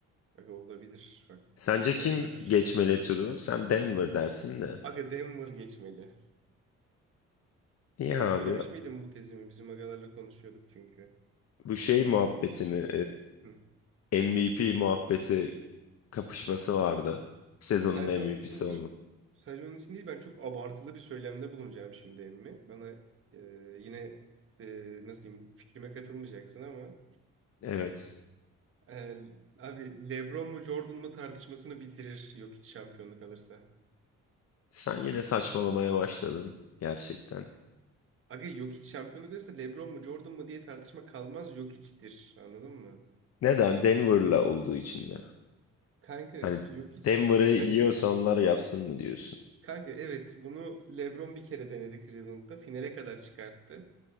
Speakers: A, on the right (about 45°); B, on the left (about 55°).
A: aga olabilir. Bak
B: Sence
A: o zaman
B: kim
A: sarar.
B: geçmeli turu? Sen Denver dersin de.
A: Aga Denver geçmeli.
B: İyi
A: Sana
B: abi.
A: söylemiş miydim bu tezimi? Bizim agalarla konuşuyorduk çünkü.
B: Bu şey muhabbeti mi?
A: Hı.
B: Ee, MVP muhabbeti kapışması vardı. Sezonun
A: Sadece
B: MVP'si
A: onun için
B: olmak.
A: değil, sadece onun için değil ben çok abartılı bir söylemde bulunacağım şimdi emmi. Bana e, yine e, nasıl diyeyim fikrime katılmayacaksın ama
B: Evet.
A: e, abi LeBron mu Jordan mu tartışmasını bitirir Jokic şampiyonluk alırsa.
B: Sen yine saçmalamaya başladın gerçekten.
A: Aga Jokic şampiyonluk alırsa LeBron mu Jordan mu diye tartışma kalmaz Jokic'tir anladın mı?
B: Neden? Denver'la olduğu için mi?
A: Kanka
B: Hani
A: Jokic
B: Denver'ı yiyorsa
A: gerçek
B: onlar yapsın mı diyorsun?
A: kanka evet bunu LeBron bir kere denedi Cleveland'da finale kadar çıkarttı.